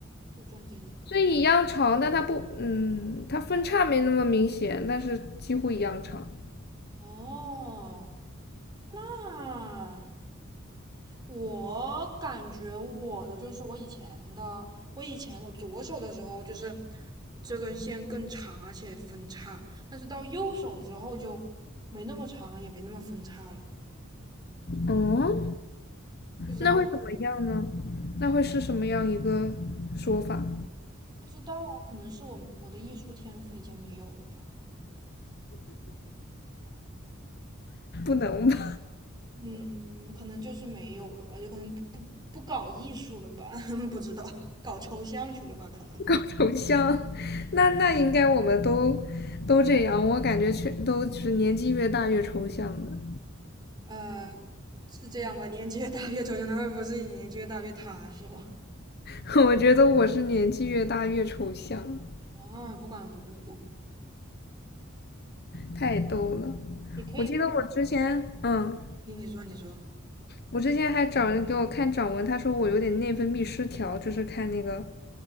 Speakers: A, on the right; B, on the left.
A: 就中间那个。
B: 这一样长，但它不，嗯，它分叉没那么明显，但是几乎一样长。
A: 哦，那。我感觉我的就是我以前的，我以前我左手的时候就是这根线更长，而且分叉，但是到右手之后就没那么长，也没那么分叉了。
B: 哦，
A: 不知道，
B: 那会怎么样呢？那会是什么样一个说法？
A: 不知道啊，可能是我我的艺术天赋已经没有了吧。
B: 不能吧，
A: 嗯，可能就是没有了吧，有可能不不不搞艺术了吧，<laughs> 不知道，搞抽象去了吧，可能。
B: <laughs> 头像？那那应该我们都都这样，我感觉全都是年纪越大越抽象的。
A: 呃，是这样吧？年纪越大越抽象，那会不是年纪越大越踏实吗？
B: <laughs> 我觉得我是年纪越大越抽象，
A: 啊，不管不顾了
B: 太逗了。
A: 你可以，
B: 我记得我之前，嗯。
A: 你你说你说，
B: 我之前还找人给我看掌纹，他说我有点内分泌失调，就是看那个，